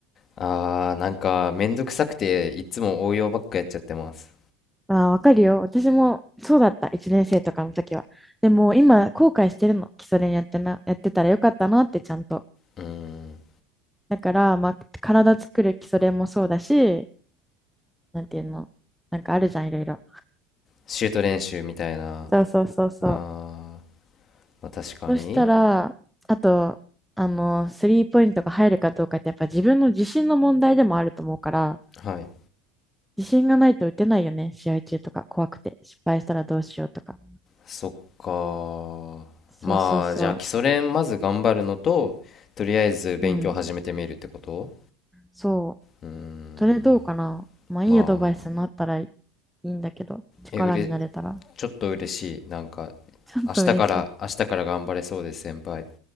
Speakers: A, on the left; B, in the centre.
A: あーなんかめんどくさくていつも応用ばっかやっちゃってます
B: ああ、わかるよ。私もそうだった。1年生とかの時は。でも今、後悔してるの。基礎練やってな、やってたらよかったなって、ちゃんと。
A: うーん
B: だから、まあ、体作る基礎練もそうだし、なんていうの。なんかあるじゃん、いろいろ。
A: シュート練習みたいな
B: そうそうそうそう。
A: あー、まあ、確かに
B: そしたら、あと、あの、スリーポイントが入るかどうかって、やっぱ自分の自信の問題でもあると思うから、
A: はい
B: 自信がないと打てないよね。試合中とか、怖くて。失敗したらどうしようとか。
A: そっかまあじゃあ基礎練まず頑張るのととりあえず勉強始めてみるってこと
B: そうそうそう。うん。そう。
A: うーん
B: それどうかなまあいいアドバイスになったらい
A: まあ
B: いんだけど、力になれたら。
A: えうれ
B: <laughs>
A: ちょっと嬉しいなんか
B: ちょっと嬉しい。
A: 明日から明日から頑張れそうです先輩